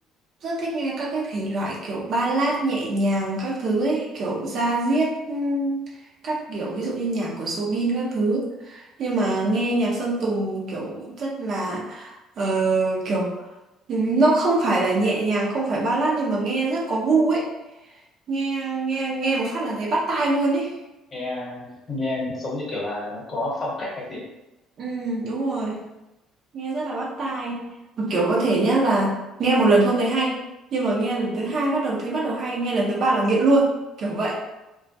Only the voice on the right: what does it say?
rất thích nghe các cái thể loại kiểu ballad nhẹ nhàng các thứ ấy, kiểu da diết ừm, các kiểu ví dụ như nhạc của Soobin các thứ. Nhưng mà nghe nhạc Sơn Tùng kiểu rất là ờ, kiểu nó không phải là nhẹ nhàng, không phải ballad nhưng mà nghe rất có gu ấy. Nghe nghe nghe một phát là thấy bắt tai luôn ấy.
Ừ đúng rồi. nghe rất là bắt tai Mà kiểu có thể nhá là nghe một lần không thấy hay nhưng mà nghe lần thứ hai bắt đầu thấy bắt đầu hay nghe lần thứ ba là nghiện luôn kiểu vậy